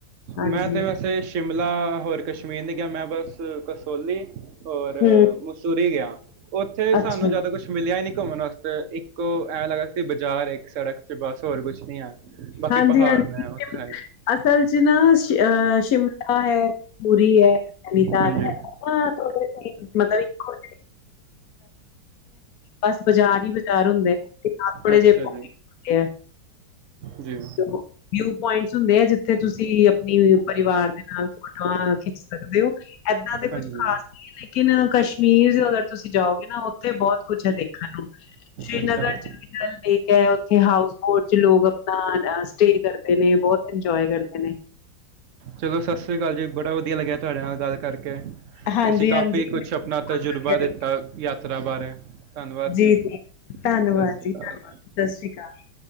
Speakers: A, on the left; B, on the right.
A: ਹਾਂਜੀ
B: ਮੈਂ ਤੇ ਵੈਸੇ। ਸ਼ਿਮਲਾ ਹੋਰ ਕਸ਼ਮੀਰ ਨੀ ਗਿਆ ਮੈਂ ਬਸ ਕਸੋਲੀ ਹੋਰ
A: ਹੂੰ
B: ਮਸੂਰੀ ਗਿਆ। ਉੱਥੇ
A: ਅੱਛਾ
B: ਸਾਨੂੰ ਜਿਆਦਾ ਕੁਛ। ਕ ਮਿਲਿਆ ਨੀ ਘੁੰਮਣ ਵਾਸਤੇ ਇੱਕੋ ਐਵੇਂ ਲੱਗਦਾ ਕਿ ਬਾਜ਼ਾਰ ਇੱਕ ਸੜਕ ਚ ਬਸ ਹੋਰ ਕੁਛ ਨੀ ਹੈ। ਬਾਕੀ
A: ਹਾਂਜੀ
B: ਪਹਾੜ
A: ਹਾਂਜੀ
B: ਹੈ ਬਸ। ਤਾਂ
A: ਅਸਲ ਚ ਨਾ ਅਹ ਸ਼ਿਮਲਾ ਹੈ ਪੂਰੀ ਹੈ ਨੈਨੀਤਾਲ
B: ਹਾਂਜੀ
A: ਹੈ। ਹਾਂ ੋੇ <inaudible> ਮਤਲਬ ਬਸ ਬਾਜ਼ਾਰ ਹੀ ਬਾਜ਼ਾਰ ਹੁੰਦੇ ਆਪਣੇੇ
B: ਅੱਛਾ
A: ਜਿਹੇ ਹੁੰਦੇ
B: ਜੀ
A: ਆ।
B: ਜੀ।
A: ਚੋ। ਵਿਊ ਪੁਇੰਟਸ ਹੁੰਦੇ ਆ ਜਿੱਥੇ ਤੁਸੀਂ ਆਪਣੀ ਪਰਿਵਾਰ ਦੇ ਨਾਲ ਫੋਟੋਆਂ ਖਿੱਚ ਸਕਦੇ ਹੋ। ਇੱਦਾਂ ਦੇ
B: ਹਾਂਜੀ
A: ਕੁਛ ਖਾਸ ਨਹੀਂ ਲੇਕਿਨ ਕਸ਼ਮੀਰ ਅਗਰ ਤੁਸੀਂ ਜਾਓਗੇ ਨਾ ਉੱਥੇ ਬਹੁਤ ਕੁਛ ਹੈ ਦੇਖ। ਦੇਖਣ ਨੂੰ ਸ਼੍ਰੀਨਗਰ
B: ਅੱਛਾ ਜੀ
A: ਚ ਵੀ ਡਲ ਲੇਕ ਹੈ ਉੱਥੇ ਹਾਊਸ ਬੋਟ ਚ ਲੋਕ ਆਪਣਾ। ਸਟੇ ਕਰਦੇ ਨੇ ਬਹੁਤ ਇੰਜੋਏ ਕਰਦੇ ਨੇ।
B: ਚਲੋ ਸਤਿ ਸ੍ਰੀ ਅਕਾਲ ਜੀ, ਬੜਾ ਵਧੀਆ ਲੱਗਿਆ ਤੁਹਾਡੇ ਨਾਲ ਗੱਲ ਕਰਕੇ।
A: ਹਾਂਜੀ-ਹਾਂਜੀ
B: ਤੁਸੀਂ ਕਾਫ਼ੀ ਕੁਛ
A: ਮੈਨੂੰ
B: ਆਪਣਾ
A: ਵੀ ਬਹੁਤ
B: ਤਜੁਰਬਾ
A: ਵਧੀਆ ਲੱਗਿਆ
B: ਦਿੱਤਾ ਯਾਤਰਾ ਬਾਰੇ। ਧੰਨਵਾਦ
A: ਜੀ-ਜੀ
B: ਜੀ।
A: ਧੰਨਵਾਦ
B: ਸਤਿ ਸ੍ਰੀ
A: ਜੀ,
B: ਅਕਾਲ
A: ਧੰਨਵਾਦ, ਸਤਿ ਸ਼੍ਰੀ ਅਕਾਲ।